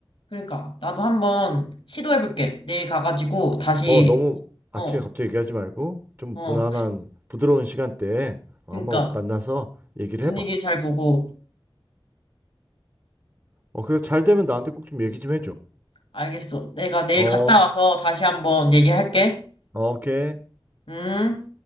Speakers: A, on the left; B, on the right.
A: 그러니까 나도 한 번 시도해 볼게. 내일 가가지고 다시
B: 어, 너무
A: 어,
B: 아침에 갑자기 얘기하지 말고 좀
A: 어.
B: 무난한 부드러운 시간대에 한번
A: 그러니까
B: 만나서 얘기를
A: 분위기
B: 해봐.
A: 잘 보고
B: 어, 그래서 잘 되면 나한테 꼭 좀 얘기 좀 해줘.
A: 알겠어. 내가 내일
B: 어.
A: 갔다 와서 다시 한번 얘기할게.
B: 오케이.
A: 응?